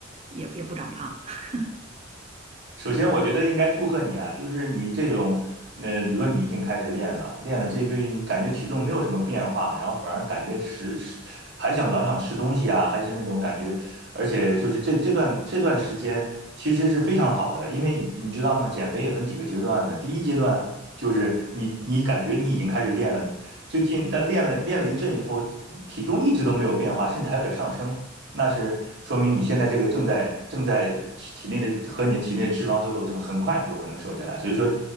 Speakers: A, on the right; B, on the right.
A: 也也不长胖。<laughs>
B: 首先，我觉得应该祝贺你啊，就是你这种，呃，比如说你已经开始练了，练了这一对，感觉体重没有什么变化，然后反而感觉食食还想老想吃东西啊，还是那种感觉，而且就是这这段这段时间其实是非常好的，因为你你知道吗？减肥也分几个阶段的，第一阶段就是你你感觉你已经开始练了，最近但练了练了一阵以后，体重一直都没有变化，甚至还有点上升。那是说明你现在这个正在正在体内的和你的体内的脂肪做斗争，很快你就会能瘦下来。所以说，